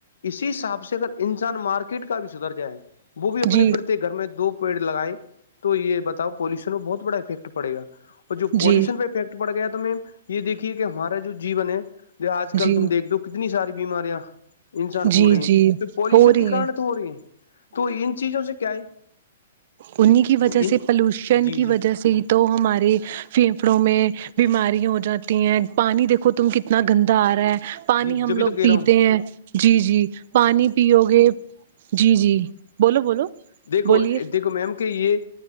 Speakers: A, on the left; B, on the right.
A: اسی حساب سے اگر انسان مارکیٹ کا بھی سدھر جائے وہ بھی اپنے
B: جی
A: پرتی گھر میں دو پیڑ لگائے تو یہ بتاؤ پالوشن میں بہت بڑا افیکٹ پڑے گا اور جو پالوشن
B: جی
A: پہ فیکٹ پڑ گیا تو مم یہ دیکھیے کہ ہمارا جو جیون ہے آج کل
B: جی
A: تم دیک دو ہو کتنی ساری بیماریاں انسان کو
B: جی
A: ہو رہی ہیں
B: جی
A: تو پولوشن
B: ہو رہی
A: کے کارن
B: ہیں
A: تو ہو رہی ہیں تو ان چیزوں سے کیا ہے
B: انیں کی وجہ
A: ان
B: سے پلوشن
A: جی
B: کی
A: جی
B: وجہ سے ہی تو ہمارے پھیپڑوں میں بیماری ہو جاتی ہیں پانی دیکھو تم کتنا گندا آ رہا ہے پانی
A: جی
B: ہم
A: جبھی
B: لوگ
A: تو کہہ
B: پیتے
A: رہا ہوں
B: ہیں جی جی پانی پیو گے جی جی بولو بولو
A: دیکھو
B: بولیے
A: دیکھو میم کہ یہ